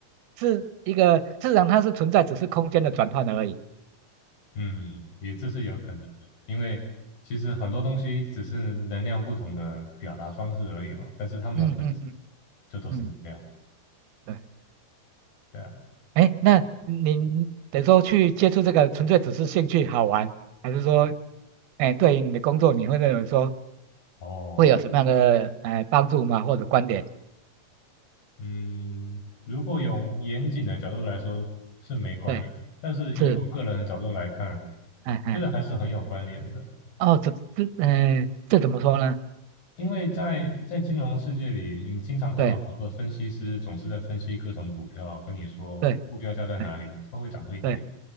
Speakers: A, on the right (about 85°); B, on the left (about 75°).
A: 是一个，事实上它是存在，只是空间的转换而已。
B: 嗯，也这是有可能的，因为其实很多东西只是能量不同的表达方式而已嘛，但是它们的本质
A: 嗯嗯嗯
B: 就都是能量，
A: 嗯，对。
B: 对啊。
A: 哎，那您等于说去接触这个，纯粹只是兴趣好玩，还是说，哎，对于你的工作，你会认为说
B: 哦，
A: 会有什么样的呃帮助吗？或者观点？
B: 嗯，如果有严谨的角度来说是没关联的，
A: 对，
B: 但是以我个人的角度来看，
A: 是，哎哎，
B: 我觉得还是很有关联的，
A: 哦，这这，嗯、呃这怎么说呢？
B: 因为在在金融世界里，你经常看到很多的分析师总是在分析各种股票，
A: 对
B: 跟你说目标价在哪里，
A: 对，哎
B: 它会涨会跌。
A: 对